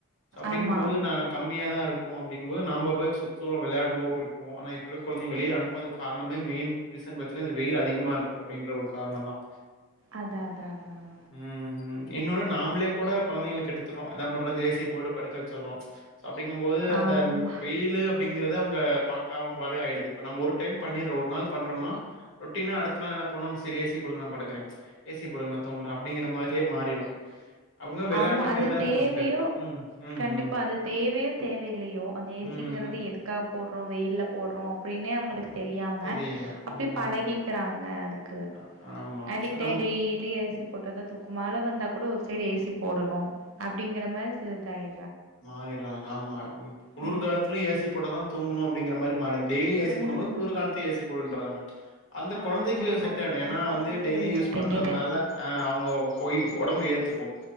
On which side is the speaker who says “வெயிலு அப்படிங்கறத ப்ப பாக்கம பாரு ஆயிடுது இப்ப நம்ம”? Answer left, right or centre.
Left